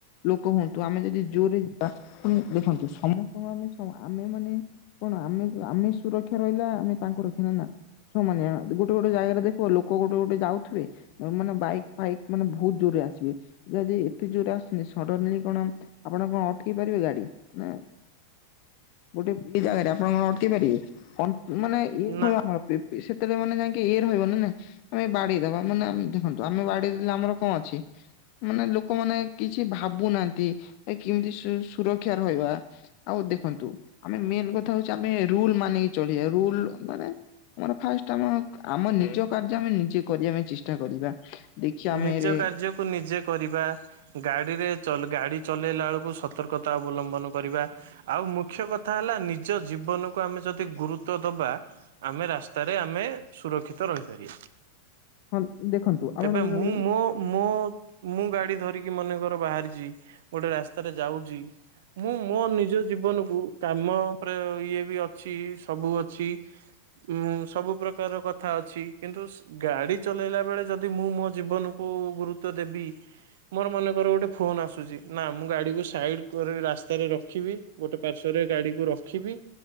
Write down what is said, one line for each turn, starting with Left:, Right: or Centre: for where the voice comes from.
Left: ଲୋକ ହୁଅନ୍ତୁ ଆମେ ଯଦି ଜୋରେ ଯିବା। ପୁଣି ଦେଖନ୍ତୁ ସମସ୍ତଙ୍କୁ ଆମେ ହଁ ଆମେ ମାନେ କଣ ଆମେ ଆମେ ସୁରକ୍ଷା ରହିଲେ ଆମେ ତାଙ୍କୁ ରଖିଲେ ନା ସମାନ ଗୋଟେ ଗୋଟେ ଜାଗାରେ ଦେଖିବ ଲୋକ ଗୋଟେ ଗୋଟେ ଯାଉଥିବେ ମାନେ ବାଇକ୍ ଫାଇକ୍ ମାନେ ବହୁତ ଜୋରରେ ଆସେ। ଆସିବେ ଯଦି ଏତେ ଜୋର ଆସିବେ ସଡନଲି କଣ ଆପଣ କଣ ଅଟେଇ ପାରିବେ ଗାଡି ନା ଗୋଟେ ଏ ଜାଗାରେ ଆପଣ କଣ ଅଟକେଇ ପାରିବେ କଣ ମାନ ଇଏ <unintelligible>
Right: ନା
Left: କେତେବେ ମାନେ ଯାଇକି ଏୟର ରହିବନ ନା ଆମେ ବାଡେଇଦବା ମାନେ ଦେଖନ୍ତୁ ଆମେ ବାଡିେଇ ଦେେଲେ ଆମର କଣ ଅଛି? <inaudible> ମାନେ ଲୋକମାନେେ କିଛି ଭାବୁନାହାନ୍ତି ଏ କେମିତି ସୁରକ୍ଷା ରହିବା। ଆଉ ଦେଖ ଦେଖନ୍ତୁ ଆମେ ମେନ କଥା ହଉଛି ଆମେ ରୁଲ ମାନିକି ଚଳିବା ରୁଲ ମାନେ ଆମର ଫାଷ୍ଟ ଆମ ଆମ ନିଜ କାର୍ଯ୍ୟ ଆମେ ନିଜେ କରିବା ପାଇଁ ଚେଷ୍ଟା କରିବା। ଦେଖିିବା
Right: ନିଜ
Left: ଆମେରେ
Right: କାର୍ଯ୍ୟକୁ ନିଜେ କରିବା ଗାଡିରେ ଗାଡି ଚଲେଇଲା ବେଳକୁ ସ ସତର୍କତା ଅବଲମ୍ବନ କରିବା, ଆଉ ମୁଖ୍ୟ କଥା ହେଲା ନିଜ ଜୀବନକୁ ଆମେ ଯଦି ଗୁରୁ ତ୍ୟ ଦବା ଆମେ ରାସ୍ତାରେ ଆମେ ସୁରକ୍ଷିତ ରହିପାରିବା।
Left: ହଁ ଦେଖନ୍ତୁ ଆପଣ
Right: ଏବେ
Left: ଯୋଉଟା
Right: ମୁଁ
Left: କହିଲେ
Right: ମୋ ମୁଁ ମୁଁ ଗାଡି ଧରିକି ମନେକର ବାହାରିଛି, ଗୋଟେ ରାସ୍ତାରେ ଯାଉଛି ମୁଁ ମୋ ନିଜ ଜୀବନକୁ କାମ <unintelligible> ଇଏ ବି ଅଛି ସବୁ ଅଛି ଉଁ ସବୁ ପ୍ରକାରର କଥା ଅଛି କିନ୍ତୁ ସ୍ ଗାଡି ଚଲେଇଲା ବେଳେ ଯଦି ମୁଁ ମୋ ଜୀବନକୁୁ ଗୁରୁତ୍ବ ଦେବି ମୋର ମନେକର ଗୋଟେ ଫୋନ୍ ଆସୁଛି, ନା ମୁଁ ଗାଡିକୁ ସାଇଡ କରି ରାସ୍ତାରେ ରଖିବି, ଗୋଟେ ପାର୍ଶ୍ଵ ରେ ଗାଡିକୁ ରଖିବି।